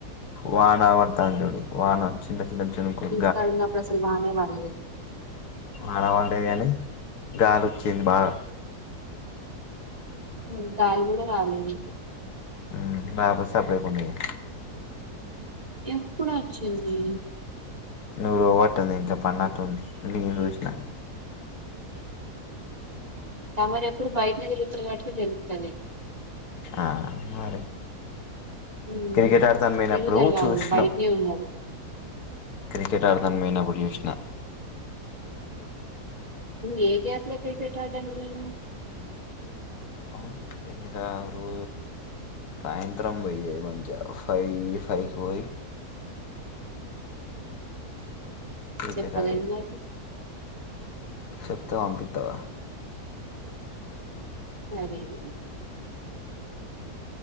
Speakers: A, on the left (about 75°); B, on the right (about 25°).
A: వాన పడతాంది చూడు వాన చిన్న చిన్న చినుకులు
B: ఇక్కడ ఉన్నప్పుడు అసలు వాన పడనే లేదు
A: ఆడవాళ్ళేవి అని గాలి వచ్చింది బాగా
B: ఉ గాలి కూడా రాలేదు
A: ఉ బస్ సపడే కొనేగా
B: ఎప్పుడు వచ్చింది
A: నువ్వు ర్వట్టుంది ఇంట్లో పడినట్టుంది ఇంటి నేను చూసిన
B: తమరు ఎప్పుడు బయటనే తిరుగుతారు కాబట్టి తెలుత్తది
A: ఆ మరి
B: ఉ
A: క్రికెట్ ఆడతాను పోయినప్పుడు
B: తిగుసారు కాదు
A: చూసినాం
B: బయటనే ఉన్నారు
A: క్రికెట్ ఆడతాన్ పోయినప్పుడు చూస్న
B: త ఏ గలా ఆడటానికి పోయినావు
A: ఆ ఎన్నితరు సాయంత్రం పోయ మంచి ఫైవ్ ఫైవ్కి పోయి క్రికెట్
B: చెప్పలేదు
A: ఆడేది
B: మరి
A: చెప్తే పంపిత్తావా
B: సరేలే